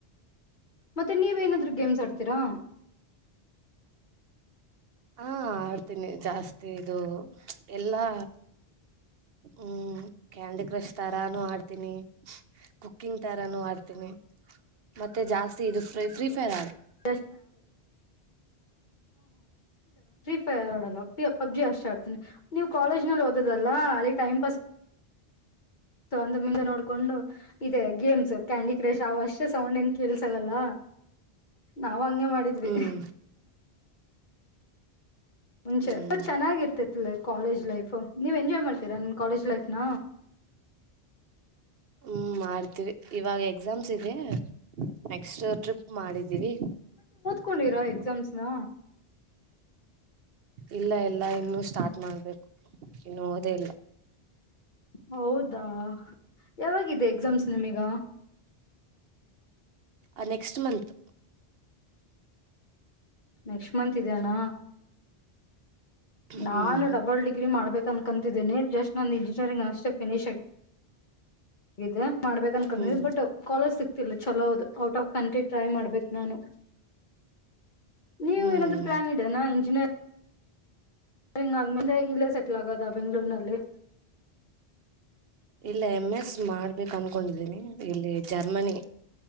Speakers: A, on the left (about 45°); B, on the right (about 65°).
A: ಮತ್ತೆ ನೀವೇನಾದ್ರೂ ಗೇಮ್ ಆಡ್ ತಿರಾ...
B: ಹಾ ಆಡ್ತೀನಿ ಜಾಸ್ತಿ ಇದು ಎಲ್ಲಾ ಹ್ಮ್ ಕ್ಯಾಂಡಿ ಕ್ರಶ್ ತರಾನು ಆಡ್ ಆಡ್ತೀನಿ ಕುಕಿಂಗ್ ತರಾನು ಆಡ್ ಅಡ್ತುನಿ ಮತ್ತೆ ಜಾಸ್ತಿ ಇದು ಫ್ರೀ ಫ್ರೀಫೈರ್
A: <unintelligible> ಫೈರ್ ಆಡಲ್ಲ ಪಬ್ಜಿ ಅಷ್ಟೇ ಆಡ್ತನಿ ನೀವು ಕಾಲೇಜ್ ನಲ್ಲಿ ಓದಲ್ಲ ಅಲ್ಲಿ ಟೈಮ್ ಪಾಸ್ ತುಂದು ಮುಂದೆ ನೋಡ್ಕೊಂಡು ಇದೆ ಗೇಮ್ಸ್ ಕ್ಯಾಂಡಿ <inaudible> ಸೌಂಡ್ ಏನ್ ಕೇಳ್ಸಲ್ಲಲ್ಲ ನಾವಂಗೆ ಮಾಡಿದ್ವಿ
B: ಹ್ಮ್
A: ಮುಂಚೆ
B: ಹ್ಮ್
A: ಬಚೆನ್ನಾಗಿರುತ್ತಿತ್ತುಕಾಲೇಜ್ ಲೈಫ್ ನೀವ್ ಎಂಜಾಯ್ ಮಾಡ್ತೀರಾ ನಿಮ್ಮಕಾಲೇಜ್ ಲೈಫ್ನ
B: ಹ್ಮ ಮಾಡ್ತೀವಿ ಇವಾಗ ಎಕ್ಸಾಮ್ಸ್ ಇದೆ ನೆಕ್ಸ್ಟ್ ಮಾಡಿದ್ದೀವಿ
A: ಕಟ್ಕೊಂಡಿರಾಎಕ್ಸಾಮ್ಸ್ನ
B: ಇಲ್ಲ ಇಲ್ಲ ಇನ್ನು ಸ್ಟಾರ್ಟ್ ಮಾಡ್ಬೇಕು ಇನ್ನು ಓದೆೇ ಇಲ್ಲ
A: ಹೌದಾ ಯಾವಾಗಿದೆ ಎಕ್ಸಾಮ್ಸ್ ನಿಮೀಗ
B: ಆ ನೆಕ್ಸ್ಟ್ ಮಂತ್
A: ನೆಕ್ಸ್ಟ್ ಮಂತ್ ಇದೇನ ನಾನು
B: ಹ್ಮ್
A: ಡಬಲ್ ಡಿಗ್ರಿ ಮಾಡ್ಬೇಕ ಅನ್ಕಂತಿದ್ದೀನಿ ಜಸ್ಟ್ ಒಂದ ಸರಿ ಅಷ್ಟೆ ಫಿನಿಷ್ ಇದೇ ಮಾಡ್ಬೇಕ ಅನ್ಕೊಂಡಿದಿ
B: ಹ್ಮ್
A: ಬಟ್ ಕಾಲೇಜ್ ಸಿಗ್ತಿಲ್ಲ ಚಲೋ ಹೌದು ಔಟ್ ಆಫ್ ಕಂಟ್ರಿ ಟ್ರೈ ಮಾಡ್ಬೇಕು ನಾನು ನೀವು
B: ಹ್ಮ್
A: ಏನಾದ್ರೂ ಪ್ಲಾನ್ ಇದೆ ನ ಇಂಜಿನಿಯರ್ ಸರಿಂಗ ಆ್ಮಂದೆ ಇಲ್ಲೇ ಸೆಟ್ಲ್ ಆಗೋದ ಬೆಂಗ್ಗಳೂರ್ನಲ್ಲಿ
B: ಇಲ್ಲ ಎಂ ಎಸ್ ಮಾಡ್ಬೇಕ ಅನ್ಕೊಂಡಿದ್ದೀನಿ ಇಲ್ಲಿ ಜರ್ಮನಿ